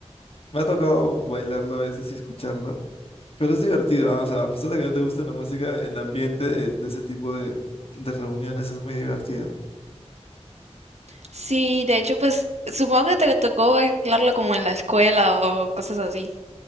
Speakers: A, on the left (about 55°); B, on the right (about 70°).
A: Me ha tocado bailarlo a veces y escucharlo. Pero es divertido, ¿ah? O sea, a pesar de que no te guste la música, el ambiente de, de ese tipo de, de reuniones es muy divertido.
B: Sí, de hecho, pues supongo que te tocó bailarlo como en la escuela o cosas así.